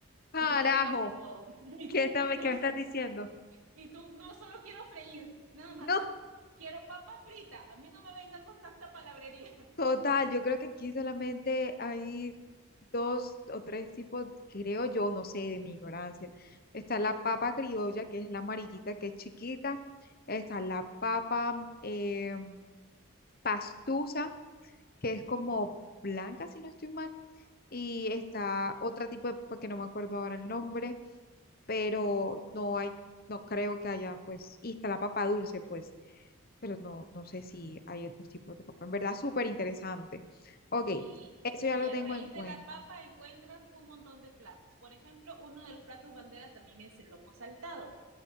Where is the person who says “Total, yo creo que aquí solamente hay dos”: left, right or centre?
Left